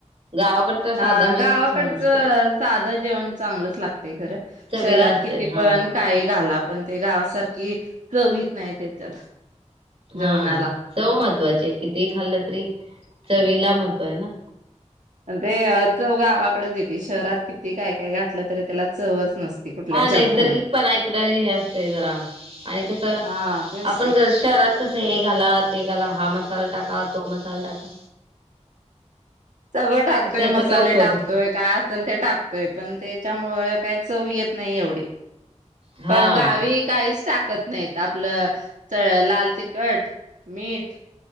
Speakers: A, on the right (about 55°); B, on the right (about 85°).
A: गावाकडचा साधा
B: हा
A: मेनूच
B: गावाकडचं
A: छान असतो
B: साध जेवण चांगलंच लागतय खरं
A: चवीला
B: शहरात
A: असते
B: किती
A: हा
B: पण काही घाला. पण ते गावासारखी चव इत नाही त्याच्यात. जेवणाला.
A: हा चव महत्वाची आहे कितीही खाल्लं तरी चवीला महत्व आहे ना.
B: ते चव गावाकडेच येते शहरात किती काय काय घातलं तरी त्याला चवच नसते. कुठल्या
A: हा
B: जेवणाला.
A: नैसर्गिक पणा इकड हे असतय जरा आणि कसं
B: हा तेच
A: आपण
B: की
A: जरा शहरात कसं हे घाला, ते घाला हा मसाला टाक का तो मसाला टाका.
B: सगळं टाकतोय
A: त्याचा
B: मसाले
A: काय उपयोग
B: टाकतोय
A: होत
B: काय असेल ते टाकतोय पण त्याच्यामुळे काय चव येत नाही एवढी.
A: हां.
B: पण गावी काहीच टाक कत नाहीत आपलं च लाल तिखट, मीठ